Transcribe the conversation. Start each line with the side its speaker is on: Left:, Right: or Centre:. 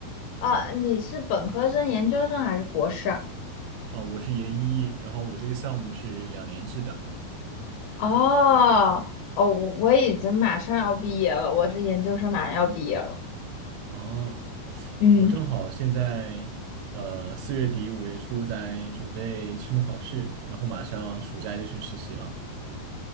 Left: 啊，你是本科生、研究生还是博士啊？
Right: 哦，我是研一，然后我这个项目是两年制的。
Left: 哦，哦，我我已经马上要毕业了，我是研究生，马上要毕业了。
Right: 哦，
Left: 嗯，
Right: 我正好现在，呃，四月底五月初在准备期末考试，然后马上暑假就去实习了。